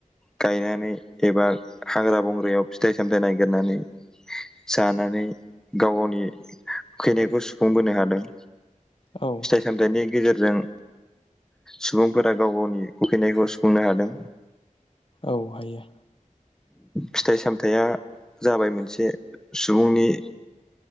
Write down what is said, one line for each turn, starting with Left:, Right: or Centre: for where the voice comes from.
Centre: गायनानै एबा हाग्रा बंग्रायाव फिथाइ सामथायाइ नागिरनानै जानानै गाव गावनि उखैनायखौ सुफुंबोनो हादों।
Left: औ।
Centre: सामथायनि गेजेरजों सुबुंफोरा गाव गावनि उखैनायखौ सुफुंनो हादों।
Left: औ हायो।
Centre: फिथाइ सामथायाइया जाबाय मोनसे सुबुंनि